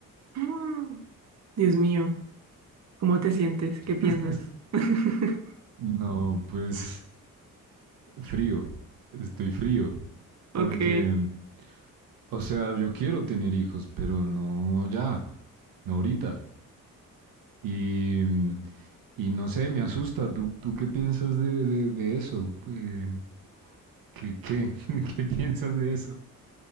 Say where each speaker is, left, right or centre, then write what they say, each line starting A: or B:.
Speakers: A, on the right; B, on the right.
A: Mm. Dios mío, ¿cómo te sientes? ¿Qué piensas?
B: <laughs>
A: <laughs>
B: No, pues frío, estoy frío,
A: Ok,
B: porque, mm, o sea, yo quiero tener hijos, pero no ya, no ahorita. Y, mm, y no sé, me asusta. ¿Tú, tú qué piensas de, de- de eso? Eh, ¿qué, qué, <laughs> qué piensas de eso?